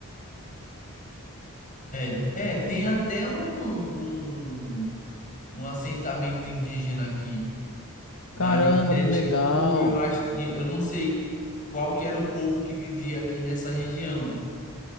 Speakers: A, on the left; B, on the left.
A: É, é, tem até um, um, um assentamento indígena aqui, mas
B: Caramba,
A: é
B: que
A: tipo,
B: legal.
A: eu acho, eu não sei qual que era o povo que vivia aqui nessa região.